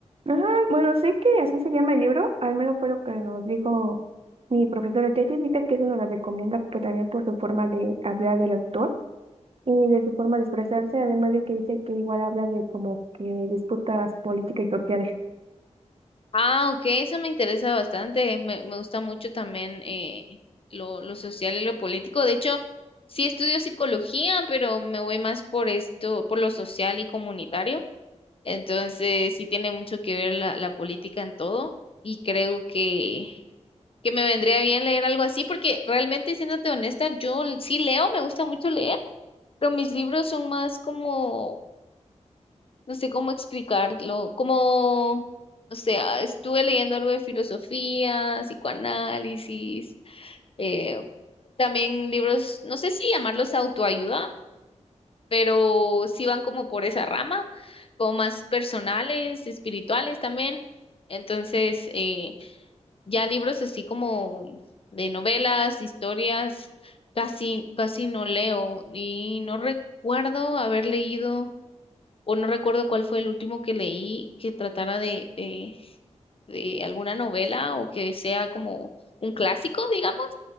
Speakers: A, on the right (about 55°); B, on the left (about 50°).
A: Ajá, bueno, sé que así se llama el libro, al menos fue lo que nos dijo mi profesor de tesis, dice que eso nos la recomienda pues, también por su forma de hablar del autor y de su forma de expresarse, además de que dice que igual habla de como que disputas políticas y sociales.
B: Ah, ok, eso me interesa bastante. Me, me gusta mucho también eh, lo, lo social y lo político. De hecho, sí estudio psicología, pero me voy más por esto, por lo social y comunitario. Entonces, sí tiene mucho que ver la, la política en todo y creo que, que me vendría bien leer algo así porque realmente, siéndote honesta, yo l- sí leo, me gusta mucho leer, pero mis libros son más como no sé cómo explicarlo, como, o sea, estuve leyendo algo de filosofía, psicoanálisis, eh, también libros, no sé si llamarlos autoayuda, pero sí van como por esa rama, como más personales, espirituales también. Entonces, eh, ya libros así como de novelas, historias, casi, casi no leo y no recuerdo haber leído o no recuerdo cuál fue el último que leí que tratara de, de, de alguna novela o que sea como un clásico, digamos,